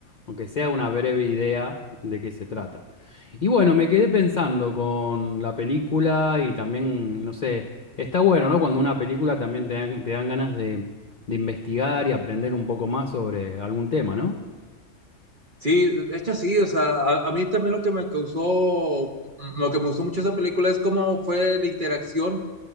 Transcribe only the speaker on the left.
aunque sea una breve idea de qué se trata. Y bueno, me quedé pensando con la película y también, no sé, está bueno, ¿no? Cuando una película también te dan, te dan ganas de investigar y aprender un poco más sobre algún tema, ¿no?